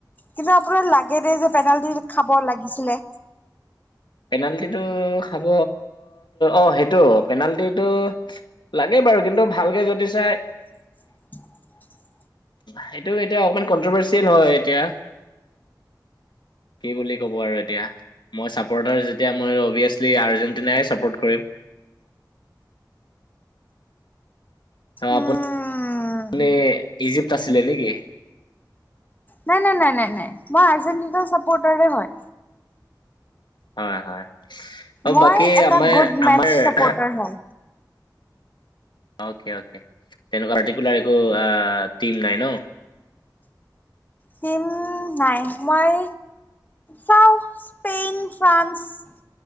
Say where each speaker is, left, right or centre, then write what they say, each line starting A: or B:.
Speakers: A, on the left (about 25°); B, on the left (about 85°).
A: কিন্তু আপোনাৰ লাগে দেই যে পেনাল্টি খাব লাগিছিলে।
B: পেনাল্টিটো খাব অ সেইটো পেনাল্টিটো- লাগে বাৰু কিন্তু ভালকে যদি চাই-
A: <inaudible>
B: সেইটো এতিয়া অকমান কনট্ৰভাৰ্চিয়েল হয় এতিয়া। কি বুলি কব আৰু এতিয়া মই চা। পৰ্টাৰ যেতিয়া মই অবিয়েচলি আৰ্জেণ্টিনাই ছাপৰ্ট কৰিম।
A: উম
B: আপুনি ইজিপ আছিলে নেকি?
A: নাই নাই নাই নাই নাই মই আৰ্জেণ্টিনা চাপৰ্টাৰে হয়।
B: হয় হয় অ
A: মই
B: বাকী
A: এটা
B: আমাৰ
A: গুড মেচ
B: আমাৰ-
A: চাপৰ্টাৰ হয়।
B: অকে অকে তেনেকুৱা পাৰটিকুলাৰ একো টিম নাই ন।
A: হিম- নাই মই। চাওঁ স্পেইন, ফ্ৰান্স,